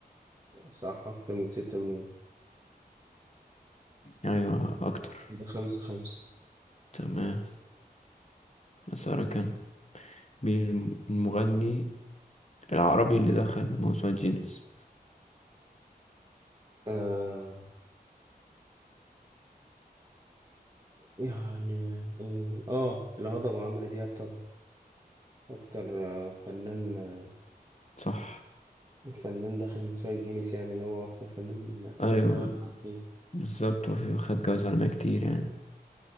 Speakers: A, on the right; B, on the left.
A: صح أكتر من ستة مليون
B: ايوه اكتر
A: كده خمسة خمسة
B: تمام مسارة كان مين الم- المغني العربي اللي دخل موسوعة جينيس
A: آه يعني ال- آه الهضبة عمرو دياب طبعا أكتر آه، فنان آه،
B: صح
A: فنان دخل موسوعة جينيس يعني اللي هو أكتر فنان خد
B: ايوه
A: جوائز عليه
B: بالظبط وفي خد جوايز عالمية كتير يعني